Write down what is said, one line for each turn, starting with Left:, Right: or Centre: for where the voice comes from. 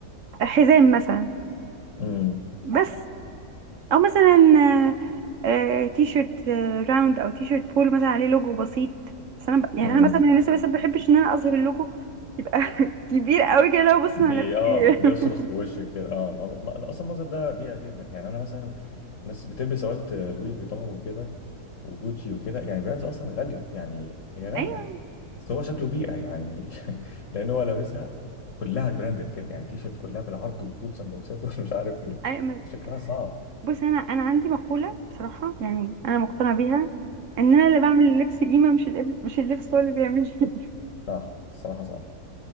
Right: حزام مثلا
Left: امم
Right: بس او مثلا آه آه، تي شيرت آه راوند او تي شيرت بول مثلا عليه لوجو بسيط بس انا ب... يعني
Left: امم
Right: انا مثلا من الناس اللي بس ما بحبش ان انا اظهر اللوجو يبقى <laughs> كبير قوي كده لو بص
Left: بي
Right: انا لابس
Left: اه
Right: ايه
Left: بيصرخ
Right: <laughs>
Left: في وشك كده اه المنظر... ما- اصلا المنظر ده بيئة جدا يعني انا مثلا الناس بتلبس سوات لوي فيتون وكده وجوتشي وكده يعني براندز اصلا غالية يعني هي غالية
Right: ايوه
Left: بس هو شكله بيئة يعني <laughs> لان هو لابسها كلها براندد كده يعني تيشرت كلها بالعرض والطول سان بوكسات <laughs> ومش عارف ايه
Right: أيوة،
Left: شكلها صعب
Right: بص انا انا عندي مقوله بصراحه يعني انا مقتنعه بيها ان انا اللي بعمل اللبس قيمه مش اللبس مش اللبس هو اللي بيعمل <laughs> لي قيمة.
Left: صح الصراحة صح